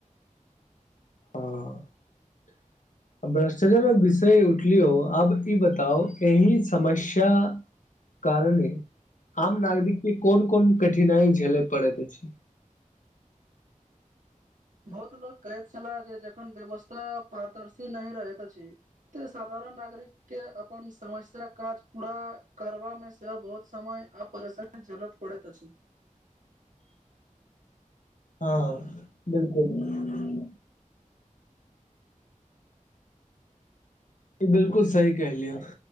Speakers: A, on the left; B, on the right.
A: ह भ्रष्टाचा विषय उठलियो आब ई बताउ एहि समस्या कारने आम नागरिकऽ के कोन - कोन कठिनाई झेलय पड़ैत अछि।
B: बहुत लोक कहैत छेला जे जखन व्यवस्था पारदर्शी नै रहैत अछि तऽ साधारण नागरिक। कऽ अपन समस्या काज पूरा करबा मे से बहुत समय आ परेशा चलत पड़ैत अछि
A: ह बिल्कुल बिल्कुल सही कहलियै